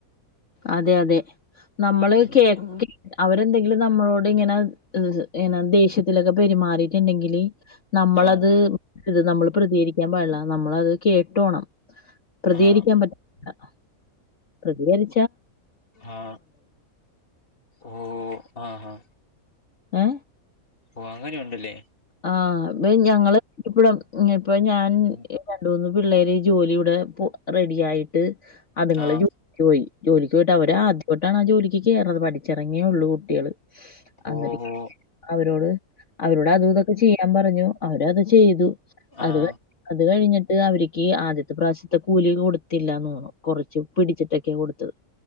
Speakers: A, on the left (about 50°); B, on the left (about 35°).
A: അതെ അതെ നമ്മള്
B: ഉം
A: കേട്ടി അവരെന്തെങ്കിലും നമ്മളോടിങ്ങനെ ഈ എന്ന ദേഷ്യത്തിലൊക്കെ പെരുമാറിയിട്ടുണ്ടെങ്കില് നമ്മളത്
B: ആഹ്
A: ഇത് നമ്മള് പ്രതികരിക്കാൻ പാടില്ല നമ്മളത് കേട്ടോണം പ്രതികരിക്കാൻ
B: ആഹ്
A: പറ്റ ആ പ്രതികരി
B: ആ ഓ ആ ഹ
A: ഏ
B: ഓ അങ്ങനെയ ഉണ്ടല്ലേ
A: ആഹ് <unintelligible> ഞങ്ങള് <unintelligible> <unintelligible> ഇപ്പൊ ഞാൻ
B: ഉം
A: രണ്ട മൂന്ന് പിള്ളേര് ജോലി ഇവിടെ പോ റെഡി ആയിട്ട് അതുങ്ങള്ൾ
B: ആഹ്
A: <unintelligible> ജോലിക്ക് പോയിട്ട അവര് ആദ്യമായിട്ടാണ് ആ ജോലിക്ക് കയറണത് പഠിച്ചിറങ്ങിയേ ഉള്ളൂ കുട്ടികള് അന്നെതിക്ക്
B: ഓ ഓ
A: അവരോട് അവരോട് അത് ഇതും ത് ചിയ്യാൻ പറഞ്ഞു അവരത് ചെയ്തു
B: ആഹ്
A: അത് വെ അത് കഴിഞ്ഞിട്ട് ട്ട് അവര്ക്ക് ആദ്യത്തെ പ്രാവശ്യത്തെ കൂലി കൊടുത്തില്ലാന്നോ കൊറച്ച് പിടിച്ചിട്ടൊക്കെ കൊടുത്തത്